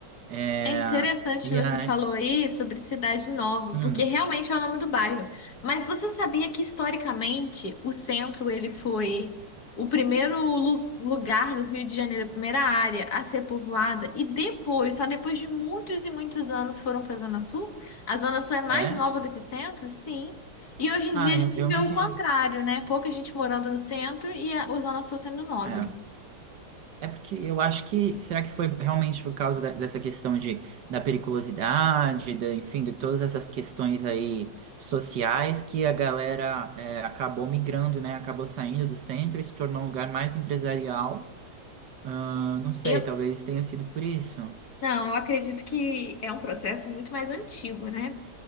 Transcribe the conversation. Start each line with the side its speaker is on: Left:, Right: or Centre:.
Right: É,
Left: É interessante
Right: e
Left: que você
Right: aí,
Left: falou aí sobre Cidade Nova,
Right: hum,
Left: porque realmente é o nome do bairro. Mas você sabia que historicamente o centro ele foi o primeiro lu- lugar do Rio de Janeiro, a primeira área a ser povoada e depois, só depois de muitos e muitos anos foram para a Zona Sul? A Zona Sul é mais
Right: é?
Left: nova do que o centro? Sim. E hoje em
Right: Ah,
Left: dia a
Right: eu,
Left: gente
Right: eu
Left: vê
Right: imagino.
Left: o contrário, né? Pouca gente morando no centro e a a Zona Sul sendo nobre.
Right: é. É porque eu acho que, será que foi realmente por causa da- dessa questão de, da periculosidade, da, enfim, de todas essas questões aí sociais que a galera é, acabou migrando, né? Acabou saindo do centro e se tornou um lugar mais empresarial. Ah, não sei,
Left: Eu,
Right: talvez tenha sido por isso.
Left: não, eu acredito que é um processo muito mais antigo, né?